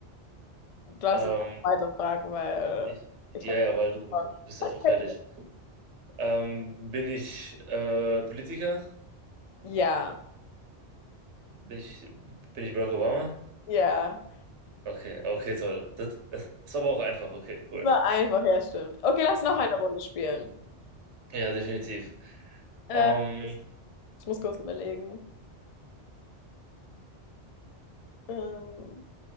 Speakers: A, on the left (about 55°); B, on the right (about 75°).
A: Du darfst
B: Ähm,
A: jetzt weiter fragen, weil
B: ich, ja,
A: ich habe
B: ja, weil du, du bist
A: <laughs>
B: ja schon fertig. Ähm, bin ich äh, Politiker?
A: Ja,
B: Bin ich, bin ich Barack Obama?
A: ja.
B: Okay, okay, toll. Das, das, das war aber auch einfach. Okay,
A: Das
B: cool.
A: war einfach, ja, stimmt. Okay, lass noch
B: Ja,
A: eine Runde spielen.
B: ja, definitiv.
A: Äh,
B: Ähm,
A: ich muss kurz überlegen. Ähm,